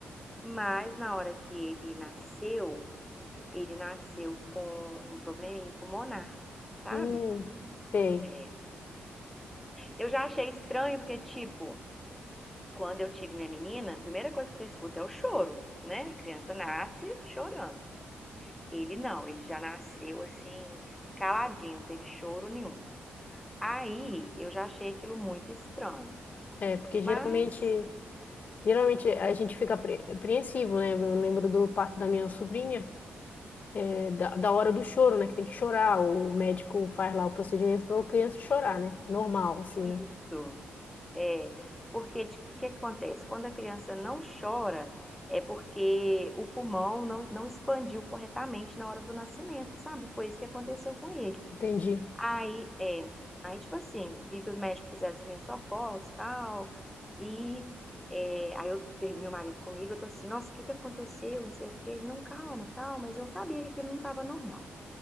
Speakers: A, in the centre; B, on the left.
A: Mas na hora que ele nasceu, ele nasceu com um probleminha pulmonar, sabe?
B: Hum, sei.
A: É, Eu já achei estranho, porque, tipo, quando eu tive minha menina, a primeira coisa que você escuta é o choro, né? A criança nasce chorando. Ele não, ele já nasceu assim, caladinho, não teve choro nenhum. Aí eu já achei aquilo muito estranho.
B: É, porque
A: Mas
B: geralmente, geralmente a gente fica apre- apreensivo, né? Eu lembro do parto da minha sobrinha. é, da, da hora do choro, né? Que tem que chorar. O médico faz lá o procedimento para a criança chorar, né? Normal, assim, né?
A: isso é porque de- o que, que acontece? Quando a criança não chora, é porque o pulmão não, não expandiu corretamente na hora do nascimento, sabe? Foi isso que aconteceu com ele.
B: Entendi.
A: Aí, é, aí, tipo assim, vi que os médicos fizeram os primeiros socorros e tal. E é, aí eu, per- meu marido comigo, eu tô assim, nossa, o que que aconteceu? Não sei o que Ele, não, calma, tal, mas eu sabia que aquilo não estava normal.